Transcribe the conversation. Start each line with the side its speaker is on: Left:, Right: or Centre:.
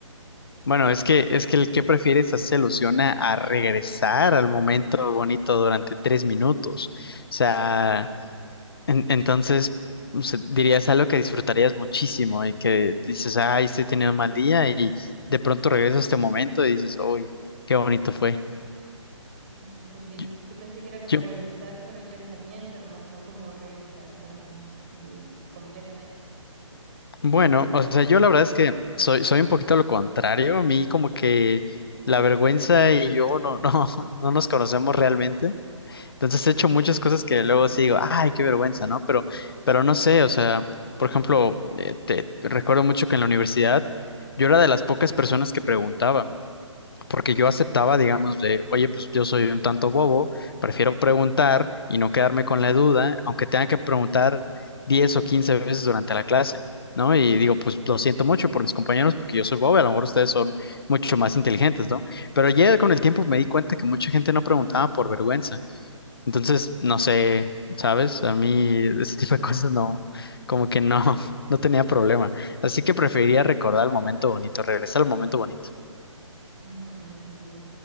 Left: Bueno, es que, es que el que prefieres hace alusión a, a regresar al momento bonito durante tres minutos. O sea, En- entonces, o sea, dirías algo que disfrutarías muchísimo y que dices, ay, estoy teniendo un mal día y de pronto regreso a este momento y dices, uy, qué bonito fue.
Right: Ujú, Entendí.
Left: Yo,
Right: Yo pensé que era como
Left: yo-
Right: regresar con el pensamiento nomás, no como regresar tan así completamente.
Left: bueno, o sea, yo la verdad es que soy, soy un poquito lo contrario. A mí como que la vergüenza y yo no, no, <laughs> no nos conocemos realmente. Entonces he hecho
Right: <laughs>
Left: muchas cosas que luego sí digo, ay, qué vergüenza, ¿no? Pero, pero no sé, o sea, por ejemplo, eh, te te recuerdo mucho que en la universidad yo era de las pocas personas que preguntaba. Porque yo
Right: Mm,
Left: aceptaba,
Right: Ujú.
Left: digamos, de, oye, pues yo soy un tanto bobo, prefiero preguntar y no quedarme con la duda, aunque tenga que preguntar 10 o 15 veces durante la clase, ¿no? Y digo, pues lo siento mucho por mis compañeros porque yo soy bobo, y a lo mejor ustedes son mucho más inteligentes, ¿no? Pero ya con el tiempo me di cuenta que mucha gente no preguntaba por vergüenza. Entonces, no sé, ¿sabes? A mí ese tipo de cosas no, como que no, <laughs> no tenía problema. Así
Right: Entendí.
Left: que preferiría recordar el momento bonito, regresar al momento bonito.
Right: Ujú, entendí.